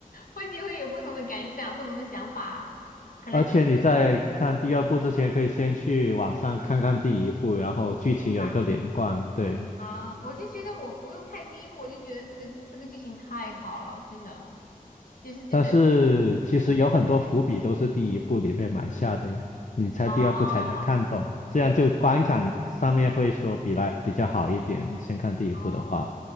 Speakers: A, on the left (about 70°); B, on the left (about 55°).
A: 或许会有不同的感想，不同的想法，
B: <laughs>
A: 可能就是
B: 而且你在看第二部之前，可以先去网上看看第一部，
A: 这部是吧？
B: 然后剧情有个连贯。对，
A: 啊，我就觉得我不用看第一部，我就觉得这个这个剧情太好了，真的，就是真的
B: 但是其实有很多伏笔都是第一部里面埋下的呀。你猜第二部才能看懂，
A: 哦哦
B: 这样就观感上面会说比来比较好一点。先看第一部的话。
A: 哦。